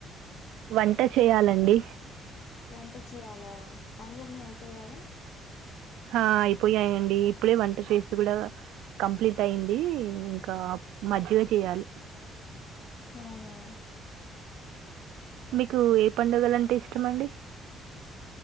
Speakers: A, on the right (about 85°); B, on the left (about 55°).
A: వంట చేయాలండి
B: వంట చేయాలా పనులన్నీ అయిపోయాయా
A: ఆ అయిపోయాయండి ఇప్పుడే వంట చేసి కూడా కంప్లీట్ అయింది ఇంకా మజ్జిగ చేయాలి
B: అవునా
A: మీకు ఏ పండుగలు అంటే ఇష్టమండి